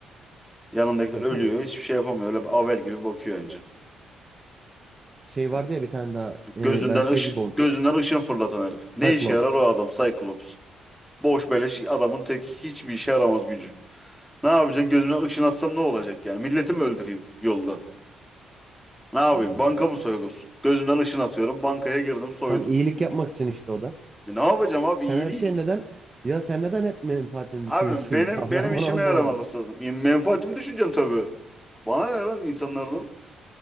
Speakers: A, in the centre; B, on the right (about 25°).
A: Yanındakiler
B: Ya
A: ölüyor.
B: tabii.
A: Hiçbir şey yapamıyor. Öyle avel gibi bakıyor önce.
B: Şey vardı
A: Yani
B: ya bir tane daha. e,
A: gözünden
B: ben şey
A: ışın,
B: gibi olmuştum.
A: gözünden ışın fırlatan herif. Ne
B: Cyclops.
A: işe yarar o adam Cyclops? Boş beleş adamın tek hiçbir işe yaramaz gücü. Ne yapacaksın? Gözümden ışın atsam ne olacak yani? Milleti mi öldüreyim yolda? Ne yapayım?
B: Hmm.
A: Banka mı soyulur? Gözümden ışın atıyorum. Bankaya girdim soydum.
B: Tam iyilik yapmak için işte o da.
A: E ne yapacağım abi?
B: Sen
A: İyiliği.
B: her şey neden ya sen neden hep menfaatini
A: Abi
B: düşünüyorsun
A: benim
B: ya? <laughs>
A: benim
B: Ben
A: işime
B: bunu anlamadım.
A: yaramaması lazım. E, menfaatimi düşüneceğim tabii. Bana ne lan insanlardan?